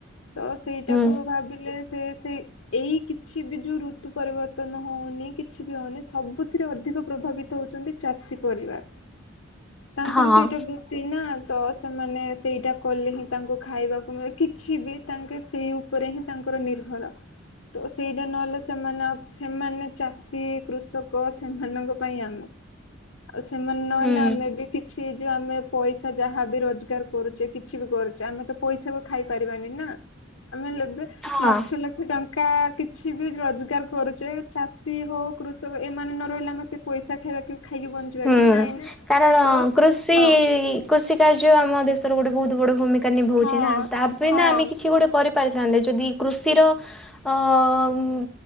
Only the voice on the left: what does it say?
ତ ସେଇଟାକୁ
ଭାବିଲେ ସେ ସେଇ ଏଇ କିଛି ବି ଯୋଉ ଋତୁ ପରିବର୍ତ୍ତନ ହଉନି କିଛି ବି ହଉନି ସବୁଥିରେ ଅଧିକ ପ୍ରଭାବିତ ହଉଛି। ଚନ୍ତି ଚାଷୀ ପରିବା। ତାଙ୍କର
ସେଇଟା ବୃତ୍ତି ନା ତ ସେମାନେ ସେଇଟା କଲେ ହିଁ ତାଙ୍କୁ ଖାଇବାକୁ ମିଳେ କିଛି ବି ତାଙ୍କେ ସେଇ ଉପରେ ହିଁ ତାଙ୍କ ଉପରେ ନିର୍ଭର। ତ ସେଇଟା ନହେଲେ ସେମାନେ ଆଉ ସେମାନେ ଚାଷୀ କୃଷକ ସେମାନଙ୍କ ପାଇଁ ଆମେ ଆଉ ସେମାନେ ନହେଲେ
ଆମେ ବି କିଛି ଯୋଉ ଆମେ ପଇସା ଯାହାବି ରୋଜଗାର କରୁଛେ କିଛି ବି କ କରୁଚେ ଆମେତ ପଇସା କୁ ଖାଇପାରିବାନି ନା ଆମେ ଲେବେ
ଲକ୍ଷ୍ୟ ଲକ୍ଷ୍ୟ ଟ ଆ କିଛି ବି ରୋଜଗାର କରୁଛେ ଚାଷୀ ହଉ କୃଷକ ଏମାନେ ନ ରହିଲେ ଆମେ ସେ ପଇସା ଖାଇବା କି ଖାଇକି ବଞ୍ଚିବା
କି? ନାଇଁ ନା
ତ ସବୁ
ହଁ
ହଁ
ହଁ